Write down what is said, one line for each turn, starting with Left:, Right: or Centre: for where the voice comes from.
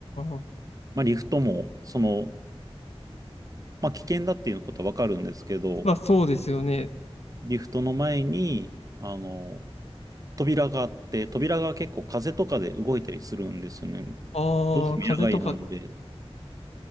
Left: あ、
Right: まあ、リフトも、その、まあ、危険だっていうことはわかるんですけど、
Left: まあそうですよね。
Right: リフトの前に、あの、扉があって、扉が結構風とかで動いたりするんですよね。
Left: ああ、
Right: どうしても野外なんで、
Left: 風とか、